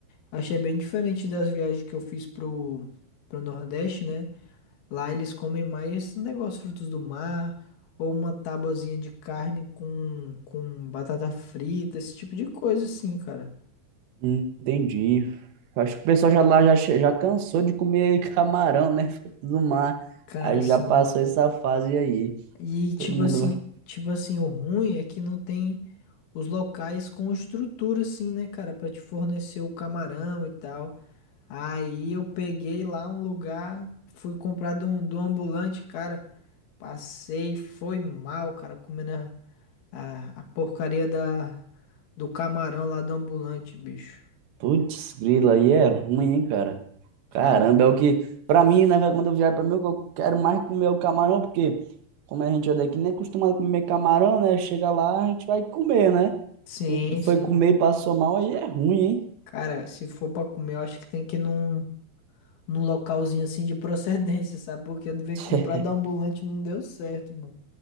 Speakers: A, on the left; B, on the right.
A: Achei bem diferente das viagens que eu fiz pro, pro Nordeste, né? Lá eles comem mais esse negócio, frutos do mar, ou uma tabuazinha de carne com, com batata frita, esse tipo de coisa assim, cara.
B: Hum, entendi. Acho que o pessoal já lá já, che- já cansou de comer camarão, né? <laughs> Fruto do mar.
A: Cara,
B: Aí
A: assim.
B: já passou essa fase aí.
A: E tipo
B: Todo mundo
A: assim,
B: vai.
A: tipo assim, o ruim é que não tem os locais com estrutura assim, né, cara, Pra te fornecer o camarão e tal. Aí eu peguei lá um lugar, fui comprar de um, de um ambulante, cara, passei, foi mal, cara, comendo a, a, a porcaria da, do camarão lá do ambulante, bicho.
B: Putz, grilo, aí é ruim, hein, cara?
A: Cara,
B: Caramba, é o que, pra mim, né, velho, quando eu viajo pra mim, eu quero mais comer o camarão, porque como a gente é daqui, nem é acostumado a comer camarão, né? Chega lá, a gente vai comer, né?
A: sim,
B: E tu foi
A: sim.
B: comer e passou mal, aí é ruim, hein?
A: Cara, se for pra comer, eu acho que tem que ir num num localzinho assim de procedência, sabe? Porque eu devia
B: <laughs>
A: comprar da ambulante e não deu certo, mano.